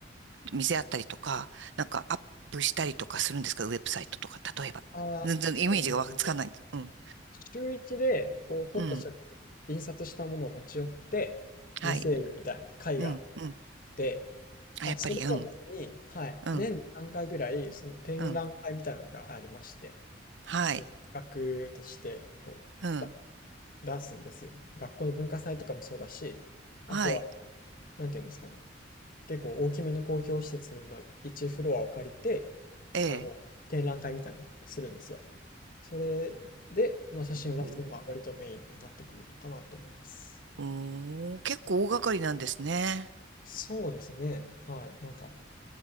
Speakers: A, on the right; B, on the left.
A: 見せ合ったりとか、なんかアップしたりとかするんですかウェブサイトとか、例えば。
B: ああ、
A: 全然イメージがわかつかないんです。
B: そうですね、あの、
A: うん。
B: 週一で、こう撮った写真
A: うん。
B: 印刷したものを持ち寄って見せるみたいな会があって、
A: はい。うん。うん。あ、
B: あ、
A: やっぱり、
B: それとは別に、
A: うん。
B: はい、
A: うん。
B: 年に3回ぐらい、その展覧会みたいなのがありまして、
A: うん。はい。
B: その企画として、こう、
A: うん。
B: だ出すんですよ。学校の文化祭とかもそうだし、あとは、
A: はい。
B: なんていうんですかね、結構大きめの公共施設の1フロアを借りて、
A: ええ。
B: あの、展覧会みたいにするんですよ。それで、まあ、写真を出すのが割とメインになってくるのかなって思います。
A: おおー、結構大掛かりなんですね。
B: そうですね。はい。なんか、